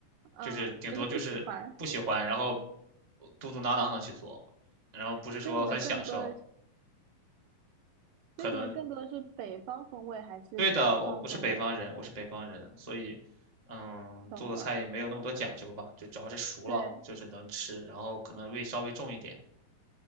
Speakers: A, on the right; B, on the right.
A: <laughs> 嗯，
B: 就是顶多就是不喜欢，
A: 就是不喜欢。
B: 然后嘟嘟囔囔的去做，然后不是说很享受，
A: 所以你们更多的是，
B: 可能
A: 所以你们更多的是北方风味还是南方风味？
B: 对的，我我是北方人，我是北方人，所以，嗯，
A: 懂了，
B: 做的菜也没有那么多讲究吧，就主要是熟了，
A: 对，
B: 就是能吃，然后可能味稍微重一点，